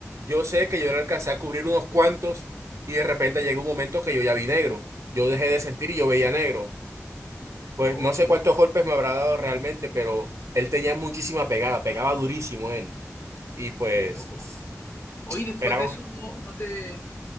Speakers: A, on the right; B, on the left.
A: Yo sé que yo le alcancé a cubrir unos cuantos y de repente llegó un momento que yo ya vi negro. Yo dejé de sentir y yo veía negro. Pues
B: Oh,
A: no
B: qué
A: sé
B: loco,
A: cuántos golpes me habrá dado realmente, pero él tenía muchísima pegada, pegaba durísimo él. Y pues,
B: qué loco. Oye,
A: esperamos,
B: después de eso no, no te,